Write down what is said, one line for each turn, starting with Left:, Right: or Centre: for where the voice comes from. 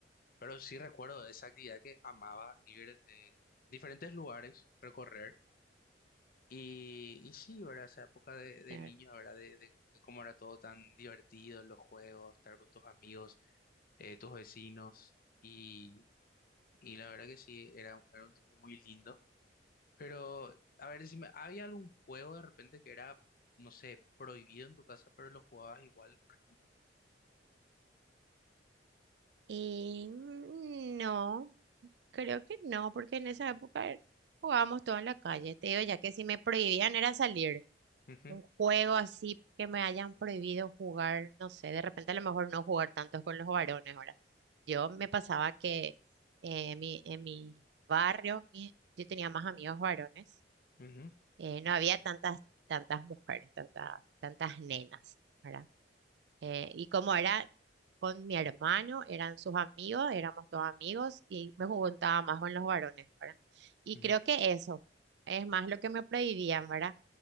Left: pero sí recuerdo de esa actividad que amaba ir eh, diferentes lugares, recorrer. Y, y sí, ¿verdad? Esa época de, de
Right: Cierto.
Left: niño, ¿verdad? De, de- de cómo era todo tan divertido, los juegos, estar con tus amigos, eh, tus vecinos. Y, y la verdad que sí, era, era un tiempo muy lindo. Pero, a ver, decime, ¿había algún juego de repente que era, no sé, prohibido en tu casa, pero lo jugabas igual, por ejemplo?
Right: Y mm, no, creo que no, porque en esa época jugábamos todo en la calle. Te digo, ya que si me prohibían era salir.
Left: Ujú.
Right: Un juego así que me hayan prohibido jugar, no sé, de repente a lo mejor no jugar tanto con los varones ahora. Yo me pasaba que eh, mi, en mi
Left: Mm.
Right: barrio mi- yo tenía más amigos varones,
Left: Ujú,
Right: eh, no había tantas, tantas mujeres, tantas, tantas nenas, ¿verdad? Eh, y como era con mi hermano, eran sus amigos, éramos todos amigos y me juntaba más con los varones, ¿verdad? Y
Left: ujú.
Right: creo que eso es más lo que me prohibían, ¿verdad?